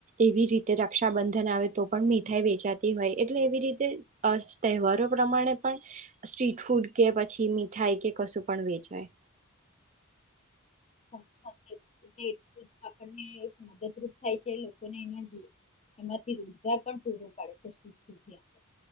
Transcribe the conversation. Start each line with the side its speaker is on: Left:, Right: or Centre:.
Right: એવી રીતે રક્ષાબંધન આવે તો પણ મીઠાઈ વેચાતી હોય એટલે એવી રીતે અ તહેવારો પ્રમાણે પણ સ્ટ્રીટ ફૂડ કે પછી મીઠાઈ કે કશું પણ વેચાય.
Left: વાત સાચી. <inaudible> આપણને મદદરૂપ થાય છે. લોકોને <inaudible> એમાંથી રોજગાર પણ પૂરો પાડે છે <unintelligible>